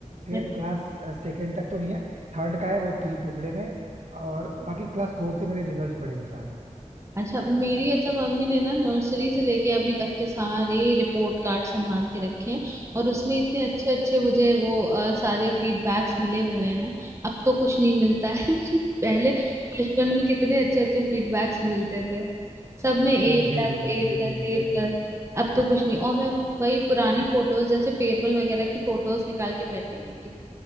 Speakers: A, on the right (about 60°); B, on the right (about 20°).
A: फिर
B: हैं।
A: क्लास सेकंड तक तो नहीं है थर्ड का है वो तीन टुकड़े में है, और बाकी क्लास फोर से मेरे रिजल्ट पड़े हुए हैं सारे
B: अच्छा मेरी अच्छा मम्मी ने ना नर्सरी से लेके अभी तक के सारे रिपोर्ट कार्ड संभाल के रखे हैं और उसमें इतने अच्छे अच्छे मुझे वो अ, सारे फीडबैक्स मिले हुए हैं ना अब तो कुछ नहीं मिलता है <laughs> पहले बचपन में कितने अच्छे अच्छे फीडबैक्स मिलते थे सब में ए
A: मुझे
B: प्लस
A: भी मुझे
B: ए प्लस
A: भी एग्जैक्टली
B: ए प्लस
A: exactly.
B: अब तो कुछ नहीं और मैं वही पुरानी फोटोज जैसे फेयरवेल वगैरह की फोटोज निकाल के बैठी हुई थी